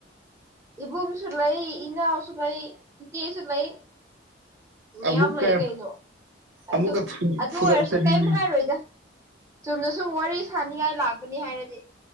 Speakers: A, on the right (about 15°); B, on the right (about 90°).
A: ꯏꯕꯨꯡꯨꯡꯁꯨ ꯂꯩ ꯏꯅꯥꯎꯁꯨ ꯂꯩ ꯏ ꯏꯆꯦꯁꯨ ꯂꯩ ꯃꯌꯥꯝ
B: ꯑꯃꯨꯛꯀ
A: ꯂꯩ ꯀꯩꯅꯣ ꯑꯗꯨ
B: ꯑꯃꯨꯛꯀ
A: ꯑꯗꯨ
B: ꯐꯨꯔꯛꯇꯅꯅꯦ
A: ꯑꯣꯏꯔꯁꯨ ꯀꯔꯤꯝ ꯍꯥꯏꯔꯣꯏꯗ ꯆꯨꯝꯅ ꯁꯨꯝ ꯋꯥꯔꯤ ꯁꯥꯅꯤꯡꯉꯥꯏ ꯂꯥꯛꯄꯅꯤ ꯍꯥꯏꯔꯗꯤ